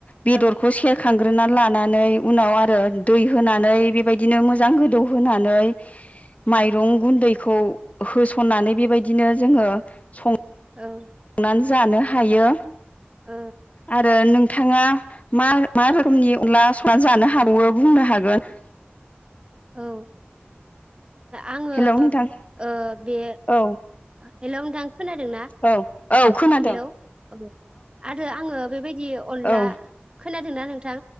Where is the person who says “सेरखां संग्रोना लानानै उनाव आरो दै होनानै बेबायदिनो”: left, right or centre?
Left